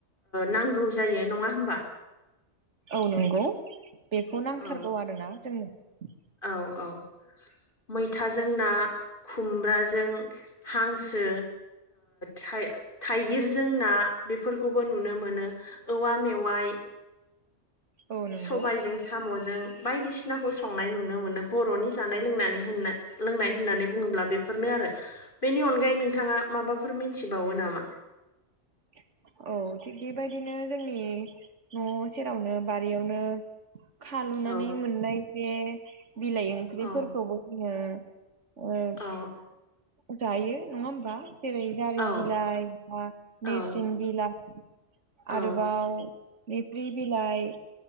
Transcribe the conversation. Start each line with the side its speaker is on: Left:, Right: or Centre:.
Left: नांगौ जायो नङा। होमबा।
Right: औ नंगौ बेखौ नांथारगौ
Left: औ
Right: आरोना जोंनो
Left: औ औ। मैथाजों ना खुमब्राजों हांसो थाइगिरजों ना बेफोरखौबो नुनो मोनो औवा मेवाइ
Right: औ नंगौ
Left: सबायजों साम'जों। बायदिसिनाखौ संनाय नुनो मोनो बर'नि जानाय लोंनानै लोंनाय होननानै बुङोब्ला बेफोरनो। आरो बेनि अनगायै नोंथाङा माबाफोर मिथिबावो नामा?
Right: <inaudible> औ थिग बेबायदिनो जोंनि न' सेरावनो बारियावनो खालुनानै
Left: औ
Right: मोननाय बे बिलाइ ओंख्रिफोरखौबो
Left: औ
Right: जोङो ओ
Left: औ
Right: जायो नङा होमबा जेरै जारि
Left: औ
Right: बिलाइ बा
Left: औ
Right: नेरसिं बिलाइ
Left: औ
Right: आरोबाव मेफ्रि बिलाइ